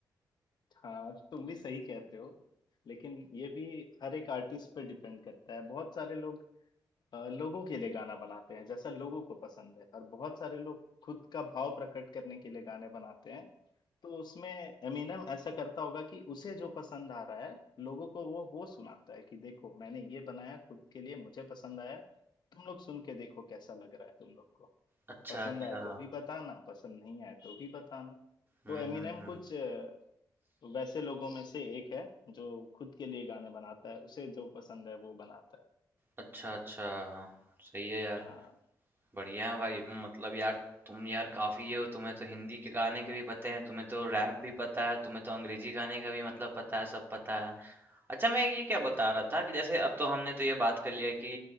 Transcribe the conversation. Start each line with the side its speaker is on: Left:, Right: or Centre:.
Left: हाँ तुम भी सही कहते हो लेकिन ये भी हर एक आर्टिस्ट पे डिपेंड करता है बहुत सारे लोग अ, लोगों के लिए गाना बनाते हैं जैसा लोगों को पसंद है और बहुत सारे लोग खुद का भाव प्रकट करने के लिए गाने बनाते हैं तो उसमें एमिनम ऐसा करता होगा कि उसे जो पसंद आ रहा है लोगों को वो वो सुनाता है कि देखो मैंने ये बनाया खुद के लिए मुझे पसंद आया तुम लोग सुन के देखो कैसा लग रहा है तुम लोग को
Right: अच्छा,
Left: पसंद
Right: अच्छा।
Left: आए तो भी बताना पसंद नहीं आए तो भी बताना
Right: हुँ,
Left: तो एमिनम
Right: हुँ, हुँ।
Left: कुछ अ, वैसे लोगों में से एक है जो खुद के लिए गाने बनाता है उसे जो पसंद है वो बनाता है
Right: अच्छा, अच्छा। सही है यार।
Left: हाँ।
Right: बढ़िया है भाई मतलब यार तुम यार काफ़ी ये हो तुम्हें तो हिंदी के गाने के भी पते हैं, तुम्हें तो रैप भी पता है, तुम्हें तो अंग्रेज़ी गाने का भी मतलब पता है, सब पता है। अच्छा मैं ये क्या बता रहा था कि जैसे अब तो हमने तो ये बात कर लिया कि